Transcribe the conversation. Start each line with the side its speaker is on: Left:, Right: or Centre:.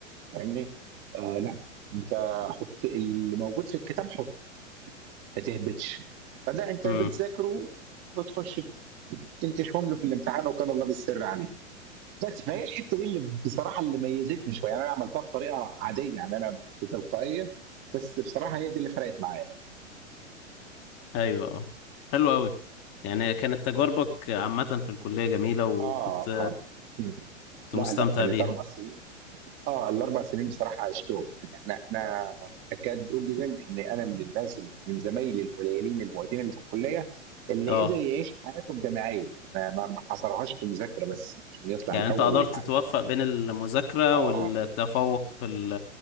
Right: فاهمني آه لا انت حط اللي موجود في الكتاب حط ما تهبطش فده انت
Left: امم
Right: بتذاكره بتخش تنتشهم له في الامتحان وكان الله بالسر عليه بس فهي الحته دي اللي بصراحه اللي ميزتني شويه يعني انا عملتها بطريقه عاديه يعني انا بتلقائيه بس بصراحه هي دي اللي فرقت معايا
Left: ايوه اه حلو قوي يعني كانت تجاربك عامة في الكلية جميلة وكنت
Right: اه اه مم.
Left: كنت
Right: لا
Left: مستمتع
Right: لا كانت
Left: بيها
Right: اربع سنين اه الاربع سنين بصراحه عشتهم يعني انا انا اكاد اجزم ان انا من الناس من زمايلي القليلين المعيدين اللي في الكليه اللي
Left: اه
Right: قدر يعيش حياته الجامعيه ما ما ما حصرهاش في مذاكره بس عشان يطلع
Left: يعني
Right: الاول
Left: انت قدرت
Right: ويتعين
Left: توفق بين المذاكرة
Right: اه
Left: والتفوق في ال-